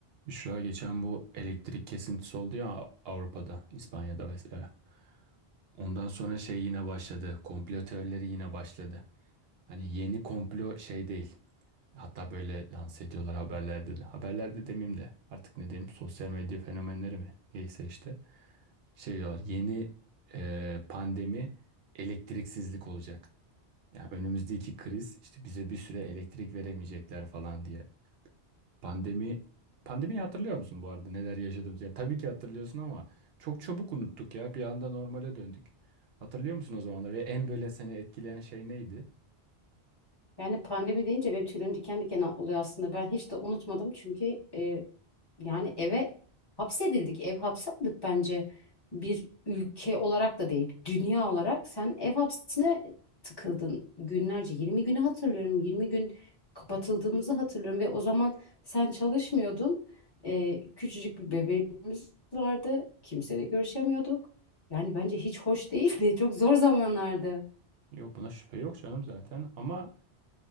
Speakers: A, on the right; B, on the left.
A: Büşra geçen bu elektrik kesintisi oldu ya Avrupa'da, İspanya'da vesaire. Ondan sonra şey yine başladı. Komplo teorileri yine başladı. Hani yeni komplo şey değil. Hatta böyle lanse ediyorlar haberlerde de. Haberlerde demeyeyim de artık ne diyeyim sosyal medya fenomenleri mi? Neyse işte. Şey diyorlar yeni e, pandemi elektriksizlik olacak. Yani önümüzdeki kriz işte bize bir süre elektrik veremeyecekler falan diye. Pandemi pandemiyi hatırlıyor musun bu arada neler yaşadığımızı? Ya tabii ki hatırlıyorsun ama çok çabuk unuttuk ya. Bir anda normale döndük. Hatırlıyor musun o zamanlar ve en böyle seni etkileyen şey neydi?
B: Yani pandemi deyince benim tüylerim diken diken oluyor aslında. Ben hiç de unutmadım çünkü e, yani eve hapsedildik. Ev hapsi aldık bence. Bir ülke olarak da değil, dünya olarak. Sen ev hapsine tıkıldın günlerce. 20 günü hatırlıyorum. 20 gün kapatıldığımızı hatırlıyorum ve o zaman sen çalışmıyordun. E, küçücük bir bebeğimiz vardı. Kimseyle görüşemiyorduk. Yani bence hiç hoş değildi. <laughs> Çok zor zamanlardı.
A: Yok buna şüphe yok canım zaten ama